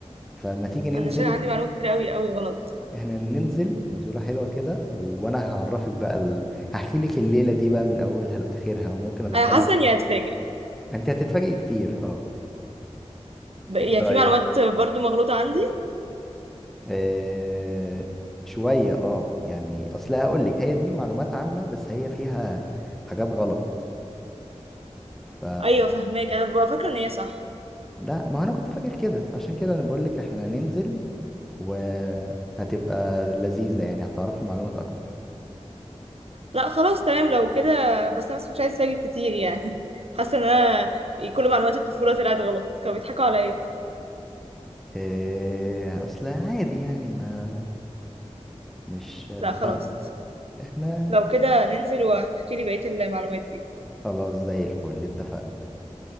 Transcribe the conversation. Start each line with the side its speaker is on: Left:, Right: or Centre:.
Centre: فما تيجي ننزل
Right: انا شايف عندي معلومات كتير قوي قوي غلط
Centre: احنا ننزل نزوله حلوه كده وانا هعرفك بقى ال... هحكي لك الليله دي بقى من اولها لاخرها وممكن ادخلك
Right: انا حاسه اني هتفاجئ
Centre: انت هتتفاجئي كتير اه
Right: ب- يعني
Centre: ايه رأيك
Right: في معلومات برضو مغلوطه عندي
Centre: آه، شوية اه يعني اصل هقول لك هي دي معلومات عامة بس هي فيها حاجات غلط ف
Right: ايوه فهماك انا ببقى فاكره ان هي صح
Centre: لا ما انا كنت فاكر كده فعشان كده انا بقول لك احنا هننزل وهتبقى لذيذة يعني هتعرفي معلومات اكتر
Right: لا خلاص تمام لو كده بس انا بس مش عايزه اسجل كتير يعني <laughs> حاسه ان انا كل معلومات الطفوله طلعت غلط كانوا بيضحكوا عليا
Centre: إيه اصل عادي يعني ما مش
Right: لا خلاص
Centre: فاهم احنا
Right: لو كده ننزل واحكي لي بقيه المعلومات دي
Centre: خلاص زي الفل اتفقنا